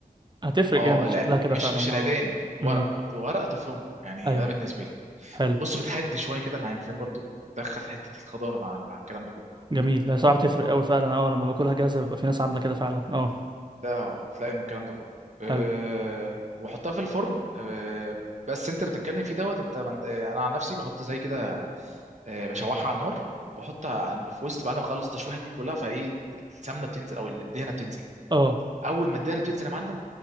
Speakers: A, on the right; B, on the right.
A: هتفرق
B: اه
A: جامد
B: لا
A: شكلها كده
B: مش
A: فعلا
B: مش العيدان
A: اه
B: الورق
A: امم
B: ورق تفرمه يعني
A: ايوه
B: ده بالنسبه لي
A: حلو
B: بص بتهدي شويه كده معاك فاهم برضو بت- بتدخل حته الخضاره مع مع الكلام ده كله
A: جميل هي صراحة بتفرق قوي فعلا اه لما باكلها جاهزة بيبقى في ناس عاملة كده فعلا اه
B: ده اه بتلاقي من الكلام ده كله أه
A: حلو
B: وبحطها في الفرن أه بس انت اللي بتتكلم فيه دوت انت من... أه انا عن نفسي بحط زي كده أه بشوحها على النار وبحطها عن... في وسط بعد ما اخلص التشويحه دي كلها فايه السمنه بتنزل او الدهنه بتنزل
A: اه
B: اول ما الدهنه بتنزل يا معلم